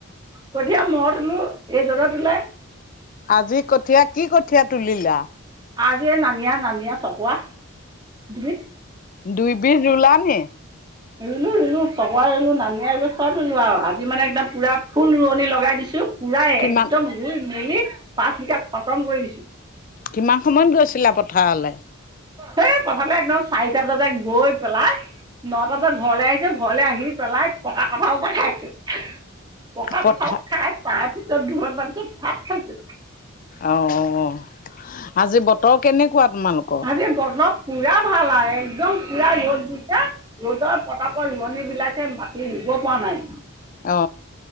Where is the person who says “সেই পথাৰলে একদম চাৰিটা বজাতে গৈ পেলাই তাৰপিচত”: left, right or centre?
Right